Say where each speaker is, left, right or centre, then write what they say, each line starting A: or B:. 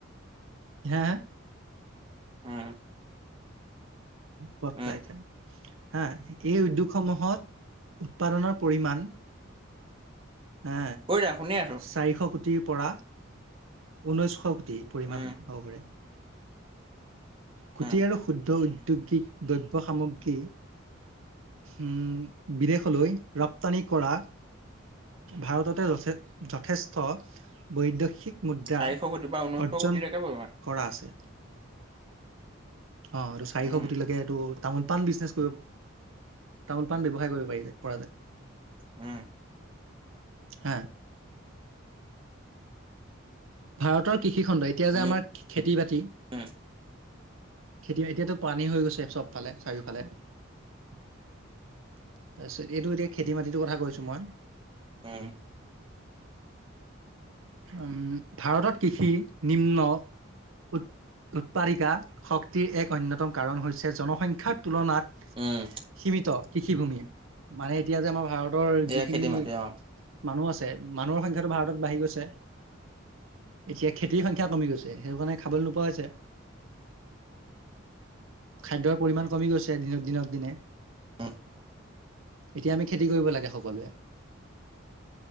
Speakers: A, on the right (about 80°); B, on the right (about 25°).
A: হে হে।
B: উম।
A: পত্তাই
B: উম
A: খায়। হা এই উদ্যোগসমূহত উৎপাদনৰ পৰিমান। হা
B: কৈ যা শুনি আছো
A: চাৰিশ কোটিৰ পৰা ঊনৈছশ। টি পৰিমাণ
B: উম
A: হ'ব পাৰে। কোটি
B: উম
A: আৰু শুদ্ধ ঔদ্যোগিক দ্ৰব্য সামগ্ৰী। উম বিদেশলৈ ৰপ্তানি কৰা। ভাৰততে যথে- যথেষ্ট বৈদশিক মুদ্ৰা
B: চাৰিশ কোটিৰ পৰা ঊনৈশ
A: অৰ্জন
B: কোটি লৈকে পৰিমাণ
A: কৰা আছে। অঁ এটো চাৰিশ
B: উম
A: কোটি লৈকে এটো। তামোল-পাণ বিজনেছ কৰিব- তামোল-পাণ ব্যৱসায় কৰিব পাৰি যায়- পৰা যায়।
B: উম।
A: হা। ভাৰতৰ কৃষিখণ্ড এতিয়া যে
B: উম
A: আমাৰ খেতি বাতি।
B: উম
A: খেতিয এতিয়াতো পানী হৈ গৈছে চবফালে চাৰিওফালে। তাপিছত এইটো এতিয়া খেতি মাটিটোৰ কথা কৈছো মই।
B: উম।
A: উম, ভাৰতত কৃষি নিম্ন উৎপাদিকা শক্তিৰ এক অন্যতম কাৰণ হৈছে জন। সংখ্যাৰ তুলনাত
B: উম
A: সীমিত কৃষিভূমি, মানে এতিয়া যে আমাৰ ভাৰত তৰ
B: এয়া
A: যিখিনি
B: খেতি মাটি অ
A: মানুহ আছে, মানুহৰ সংখ্যাটো ভাৰতত বাঢ়ি গৈছে। এতিয়া খেতিৰ সংখ্যা কমি গৈছে, সেইটো কাৰণে খাবলৈ নোপোৱা হৈছে। খাদ্যৰ পৰিমাণ কমি গৈছে, দিন- দিনক দিনে।
B: অঁ।
A: এতিয়া আমি খেতি কৰিব লাগে সকলোৱে।